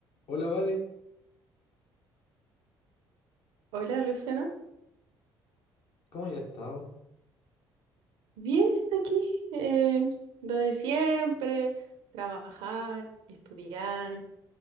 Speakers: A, on the left; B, on the right.
A: Hola, Vale,
B: Hola, Luciano.
A: ¿cómo has estado?
B: Bien, aquí. eh, lo de siempre, trabajar, estudiar.